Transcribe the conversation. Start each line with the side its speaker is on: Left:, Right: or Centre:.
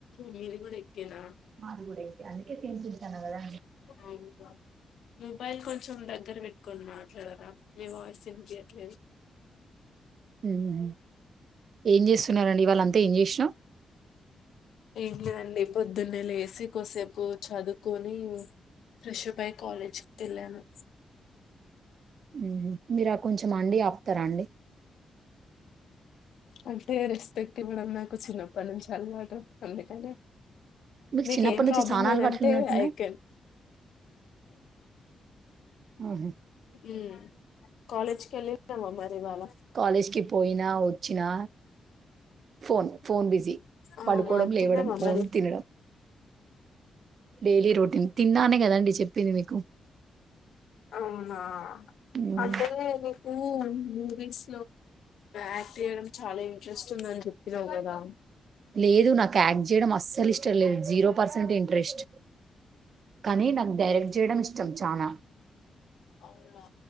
Left: మీది కూడా ఎగ్గేనా
Right: మాది కూడా ఎగ్గే అందుకే సేమ్ పించ్ అన్న కదా
Left: అవునా. మొబైల్ కొంచం దగ్గర పెట్టుకునీ మాట్ ఇక్కడ రా మీ వాయిస్ వినిపియట్లేదు
Right: ఏం లేదు ఏం చేస్తున్నారండి ఈవాళ్ళంతా ఏం చేస్నావ్
Left: ఏం చేయ్నండి పొద్దున్నె లేసి కొసేపు చదువ్కొని త్రిషుదై కాలేజ్క్ కెళ్ళాను
Right: హ్మ్ మీర అప్ కొంచెం అండి ఆప్తరం డి
Left: అంటే రెస్పెక్టివ్ <unintelligible> నాకు చిన్నప్పటి నుంచి అలవాటు అందుకనే
Right: మీకు
Left: మీకేం
Right: చిన్నప్పటి
Left: ప్రాబ్లం
Right: నుంచి చాలా
Left: లేందంటే
Right: అలవాట్లు ఉన్నట్టున్నాయి
Left: ఐ కేన్
Right: ఆహ
Left: హ్మ్ కాలేజ్కి వెల్లినావ మరి ఇవాళ
Right: కాలేజ్కి పోయినా వచ్చినా ఫోన్ ఫోన్ బిజీ
Left: ఆహా
Right: పడుకోవడం లేవడం
Left: తిన్నావా
Right: ఫోన్
Left: మరి
Right: తినడం డైలీ రొటీన్ తిన్నానే కదండి చెప్పింది మీకు
Left: అవునా
Right: ఉమ్,
Left: అంటే నీకు మూవీస్ యాక్ట్ చేయడం చాలా ఇంట్రెస్ట్ ఉందని చెప్పినావు కదా
Right: లేదు నాకు యాక్ట్ చేయడం అస్సలు ఇష్టం లేదు జీరో పర్సెంట్ ఇంట్రెస్ట్ కానీ నా డైరక్ట్ చేయడం ఇష్టం చానా
Left: అవునా